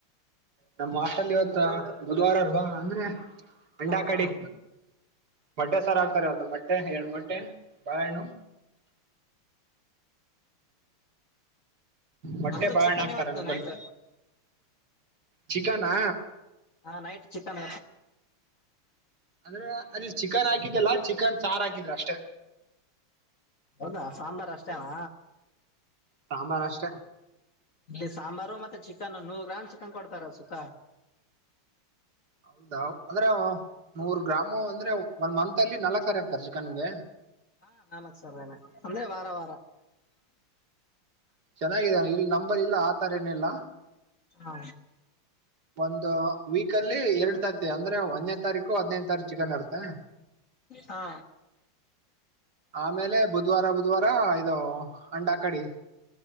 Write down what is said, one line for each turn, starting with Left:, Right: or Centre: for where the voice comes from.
Right: ನಮ್ಮ್ ಆಟಲ್ಲಿ ಇವತ್ತ ಬುಧವಾರ ಅಲ್ವಾ ಅಂದ್ರೆ ಅಂಡಾ
Left: ಹಾ
Right: ಕಡಿ
Left: ಹಾ
Right: ಮಟ್ಟೆ ಸಾರ್ ಆಗ್ತಾರೆ ಇವತ್ತು ಮ ಮಟ <unintelligible> ಬಾಳೆಣ್ಣು ಮೊಟ್ಟೆ
Left: ನಮ್ದು
Right: ಬಾಳೆಹಣ್ಣು
Left: ಚಿಕನ್
Right: ಹಾಕ್ತಾರೆ
Left: ಇವತ್ತು
Right: ನಂಬಲ್ಲಿ
Left: ನೈಟ್
Right: ಚಿಕನಾ
Left: ಹ ನೈಟ್ ಚಿಕನ್
Right: ಅಂದ್ರೆ ಅಲ್ಲಿ ಚಿಕನ್ ಹಾಕಿದ್ದಲ್ಲ ಚಿಕನ್ ಚಾರ್ ಹಾಕಿದ್ರ ಅಷ್ಟೆ
Left: ಹೌದಾ ಸಾಂಬಾರ್ ಅಷ್ಟೇನಾ?
Right: ಸಾಂಬಾರ ಅಷ್ಟ
Left: ಇಲ್ಲಿ ಸಾಂಬಾರು ಮತ್ತೆ ಚಿಕನ್ ನೂರು ಗ್ರಾಮ್ ಚಿಕನ್ ಕೊಡ್ತಾರ ಸುಖ
Right: ಹೌದಾ ಅಂದ್ರೆ ನೂರ್ ಗ್ರಾಮು ಅಂದ್ರೆ ಒಂದ್ ಮಂತ್ ಅಲ್ಲಿ ನಾಲ್ಕ್ ಸಾರಿ ಆಗ್ತಾರೆ ಚಿಕನ್ಗೆ
Left: ಹಾ ನಾಲ್ಕ್ ಸಾರೆನೆ ಅಂದ್ರೆ ವಾರ ವಾರ
Right: ಚೆನ್ನಾಗಿದ್ದಾನೆ ಇಲ್ಲಿ ನಂಬಲ್ಲಿ ಇಲ್ಲ. ತರೇನಿಲ್ಲ?
Left: ಹಾ
Right: ಒಂದ್ ವೀಕಲ್ಲಿ ಎರಡ್ ತತ್ತಿ ಅಂದ್ರೆ ಒಂದನೇ ತಾರೀಕು ಹದಿನೈದು ತಾರೀಕು ಚಿಕನ್ ಇರ್ತೆ. ಹ.
Left: ಹಾ
Right: ಆಮೇಲೆ ಬುಧವಾರ ಬುಧವಾರ ಇದು ಅಂಡ ಕಡಿ.